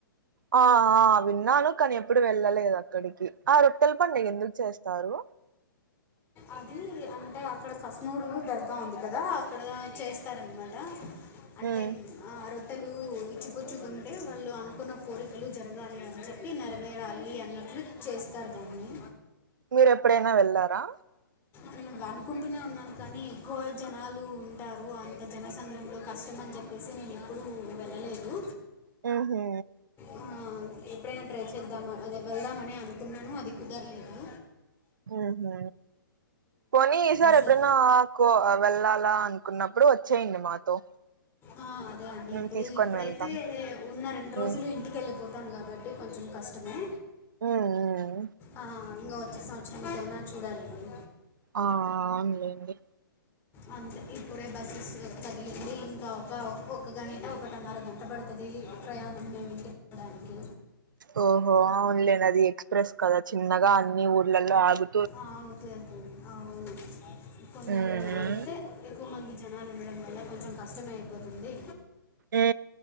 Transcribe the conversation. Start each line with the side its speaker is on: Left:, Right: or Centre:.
Right: ఆ ఆ విన్నాను కాని ఎప్పుడు వెళ్ళలేదు అక్కడికి ఆ రొట్టెల పండగ ఎందుకు చేస్తారూ
Left: అదీ అంటే అక్కడ కస్మూరూ దర్గా ఉంది కదా అక్కడా చేస్తారన్మాట అంటేమ్
Right: ఉమ్
Left: ఆ రొట్టెలు లూ ఇచ్చిపుచ్చుకుంటే వాళ్ళు అనుకున్న కోరికలు జరగాలి అని చెప్పి నెర వేరాలి అన్నట్లు చేస్తారు దాన్నీ
Right: మీరు ఎప్పుడైనా వెళ్లారా
Left: వీలుగా అనుకుంటూనే ఉన్నాను కానీ ఎక్కువ జనాలు ఉంటారు అంత జనసంగ్రంలో కష్టం అని చెప్ తెల్సి నేను ఎప్పుడూ వెళ్ళలేదూ
Right: ఊహు
Left: ఆ ఎప్పుడైనా ట్రై చేద్దాం అదే వెళ్దామని అనుకున్నాను అది కుదరలేదు.
Right: ఊహు పోనీ ఈసార్
Left: ఈసారి
Right: ఎప్పుడన్నా కో ఆ వెళ్ళాలా అనుకున్నప్పుడు వచ్చేయండి మాతో
Left: ఆ అదే అండి
Right: మేము
Left: ఇప్పుడూ
Right: తీసుకొని
Left: ఇప్పుడైతే
Right: వెళ్తాం
Left: ఉన్న రెండు రోజులు
Right: ఉమ్
Left: ఇంటికెళ్ళిపోతు తం కాబట్టి కొంచెం కష్టమే
Right: ఉమ్ ఉమ్
Left: ఆ ఇంగ వచ్చే సంవ త్సరం కైనా చూడాలండి
Right: ఆ అవును లేండి
Left: అంతె ఇప్పుడే బస్సెస్ కదిలింది ఇంకా ఒకా ఒక గంట ఒక టన్నర గంట పడతదీ ప్రయాణం మేమ్ ఇంటికి వెడానికి
Right: ఓహో అవునులేండి అది ఎక్స్ప్రెస్ కదా చిన్నగా అన్ని ఊర్లలో ఆగు
Left: ఆ అవుతది అవును కొన్ని
Right: ఉమ్
Left: అంతే ఎక్కువ మంది జనాలు ఉండడం వల్ల కొంచెం కష్టమే అయిపోతుంది
Right: ఉ